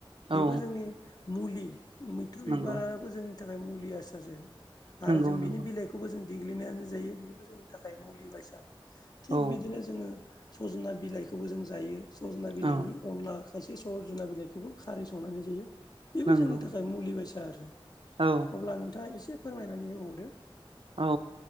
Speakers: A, on the left; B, on the right.
A: बेबो
B: औ
A: जोंनि मुलि। मैथ्रु
B: नंगौ
A: बिबाराबो जोंनि थाखाय मुलिया सारासो आरो
B: नंगौ
A: जों
B: नंगौ
A: बिनि बिलाइखौ बे खौबो जों देग्लिनायानो जायो बेबो जोंनि थाखाय मुलि बायसा थिग
B: औ
A: बिदिनो जोङो सज'ना बिलाइखौबो जों जायो सज'ना बिलाइनि
B: औ
A: अनला खायसे स'जना बिलाइखौबो खारै संनानै जायो बेबो
B: नंगौ
A: जोंनि थाखाय मुलि बायसा आरो
B: औ
A: अब्ला नोंथांआ एसे फोरमायनानै होबावदो
B: औ